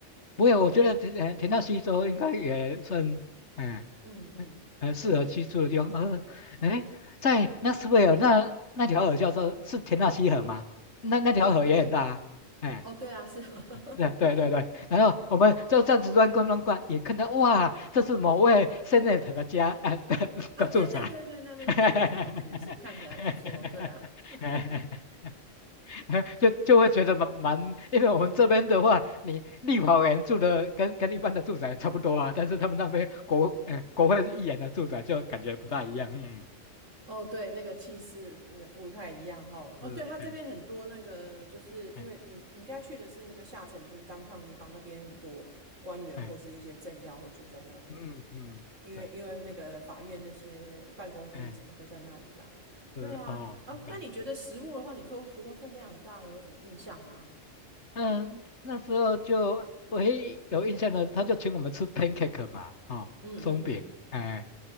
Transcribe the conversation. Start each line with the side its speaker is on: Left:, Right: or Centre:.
Left: 不会，我觉得田呃田纳西州应该也算，哎、
Right: 嗯嗯
Left: 呃，呃，适合居住的地方。呃，哎，在纳斯维尔那那条河叫做是田纳西河吗？那那条河也很大啊。
Right: 嗯，对，
Left: 哎、
Right: 哦，对啊，是。<laughs>
Left: 对对对对。然后我们就这样子乱逛乱逛，也看到哇，这是某位 Senator 的家，呃的的住宅。
Right: 啊，对对对对，那边对他房子也是看起来不错，
Left: <laughs>
Right: 对啊。<laughs>
Left: <laughs> 就就会觉得蛮蛮，因为我们这边的话，你立法委员住的跟跟一般的住宅差不多啊，但是他们那边国呃国会议员的住宅就感觉不大一样，嗯，
Right: 哦，对，那个气势那个不太一样哦。哦，
Left: 是，
Right: 对，它这边很多那个，
Left: 嗯
Right: 就是因为你你应该去的是那个下城区
Left: 嗯
Right: d o w 地方，那边很多官员或是一些政要会住在那里，
Left: 嗯嗯嗯嗯，
Right: 因为因为那个法院那些办公厅什么都在那里啦。
Left: 对，嗯是哦，
Right: 对啊，啊，
Left: 明白。
Right: 那你觉得食物的话，你说除了分量很大，有什么印象吗？
Left: 嗯，那时候就唯一有印象的，他就请我们吃 pancake 嘛，哦，
Right: 嗯嗯嗯，
Left: 松饼，哎，